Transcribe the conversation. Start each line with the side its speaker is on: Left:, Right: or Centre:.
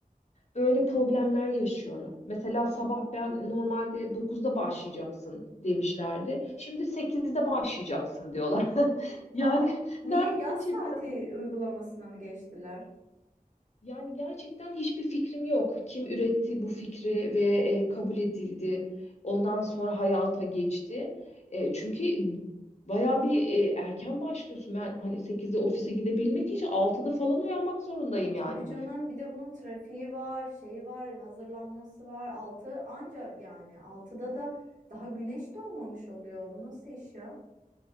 Left: böyle problemler yaşıyorum. Mesela sabah ben normalde dokuzda başlayacaksın demişlerdi. Şimdi sekizde başlayacaksın diyorlar. <laughs> Yani
Right: Aa, niye yaz saati
Left: çıktı.
Right: uygulamasına mı geçtiler?
Left: Yani gerçekten hiçbir fikrim yok. Kim üretti bu fikri ve e, kabul edildi. Ondan sonra hayata geçti. E, çünkü bayağı bir e, erken başlıyorsun. Ben hani sekizde ofise gidebilmek için altıda falan uyanmak zorundayım
Right: Tabii
Left: yani.
Right: canım. Bir de bunun trafiği var, şeyi var, hazırlanması var. Altı anca yani altıda da daha güneş doğmamış oluyor. Bu nasıl iş ya?